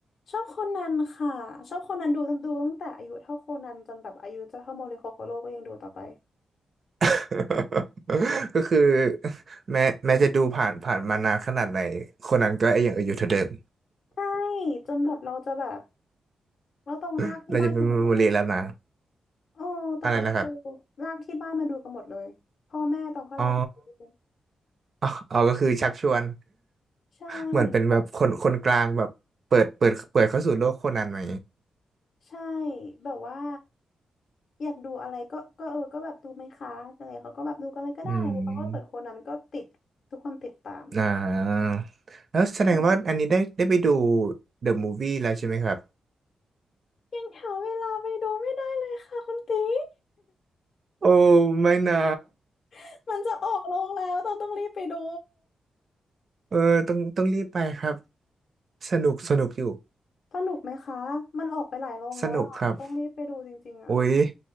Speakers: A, on the left (about 45°); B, on the right (about 40°).
A: ชอบโคนันค่ะชอบโคนันดูตั้งดูตั้งแต่อายุเท่าโคนันจนแบบอายุจะเท่าโมริโคโกโร่ก็ยังดูต่อไป
B: <laughs> ก็คือแม้แม้จะดูผ่านผ่านมานานขนาดไหน คนนั้นก็ยังอยู่เท่าเดิม
A: ใช่จนแบบเราจะแบบ แล้วต้องลากที่บ้านดูหมดเลยนะ
B: <laughs> เราจะเป็นเมมโมรีแล้วนะ
A: โอ้ แต่ก็เออ
B: อะไรนะครับ
A: ลากที่บ้านมาดูกันหมดเลยพ่อแม่ตองก็ลากมาดูด้วย
B: อ๋ออ๋อ <laughs> อ๋อก็คือชักชวน
A: ใช่
B: เหมือนเป็นแบบคนคนกลางแบบเปิดเปิดเปิดเข้าสู่โลกโคนันไหม
A: แบบใช่ แบบว่าอยากดูอะไรก็ก็เออ ก็แบบดูไหมคะอะไรเขาก็แบบดูกันเลยก็ได้แล้วตองก็เปิดคนนั้นก็ติด
B: อืม
A: ทุกคนติดตาม
B: อ่าแล้วแสดงว่าอันนี้ได้ได้ไปดู
A: ผมว่า
B: The Movie แล้วใช่ไหมครับ
A: ยังหาเวลาไปดูไม่ได้เลยค่ะคุณตี
B: โอ้ไม่นะ
A: <laughs> มันจะออกโรงแล้วต้องต้องรีบไปดู
B: เออต้องต้องรีบไปครับ สนุกสนุกอยู่
A: สนุกไหมคะมันออกไปหลายโรงแล้วอะต้องรีบไปดูจริงๆอะ
B: สนุกครับโอ้ย